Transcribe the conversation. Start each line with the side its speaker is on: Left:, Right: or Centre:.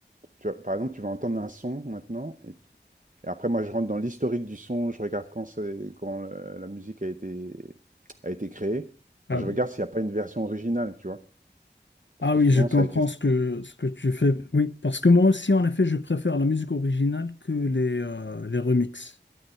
Right: tu vois, par exemple, tu vas entendre un son maintenant. Et, et après, moi, je rentre dans l'historique du son. Je regarde quand, c'est- quand euh, la musique a été, a été créée.
Left: Ah
Right: Et je
Left: oui.
Right: regarde s'il n'y a pas une version originale, tu vois.
Left: Ah
Right: Parce que
Left: oui,
Right: souvent,
Left: je comprends
Right: ça a été.
Left: ce que, ce que tu fais. Oui, parce que moi aussi, en effet, je préfère la musique originale que les, euh, les remixes.